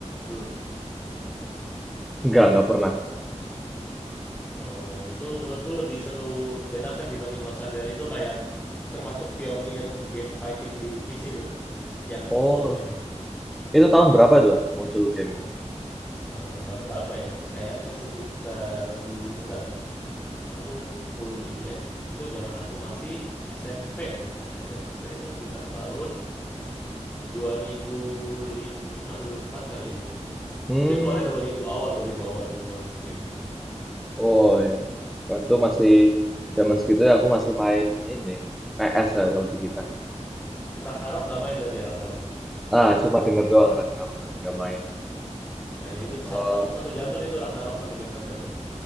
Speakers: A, on the left; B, in the centre.
A: dulu?
B: Enggak, enggak pernah.
A: Oh, itu menurutku lebih seru Getampet dibanding Lost Saga. Itu kayak pi termasuk pionir game fighting di PC itu, yang
B: Oh,
A: online ya.
B: itu tahun berapa itu Pak, muncul game itu?
A: Eee, tahun berapa ya? Kayaknya sekitar du entar, kan aku kuliah eh, itu zaman aku masih SMP bahkan, SMP itu sekitar tahun 2005, 2004 kali ya.
B: Hmm,
A: Mungkin keluarnya dua ribu awal, 2000 awal tuh keluar gamenya.
B: oh ya. Waktu itu masih zaman segitu ya aku masih main ini PS ya kalau di kita.
A: Ragnarok nggak main berarti ya Ragnarok.
B: Ah, cuma denger doang Ragnarok, nah, nggak main.
A: Nah ya itu
B: Kalau
A: satu, satu, satu zaman itu Ragnarok sama Get Beatles.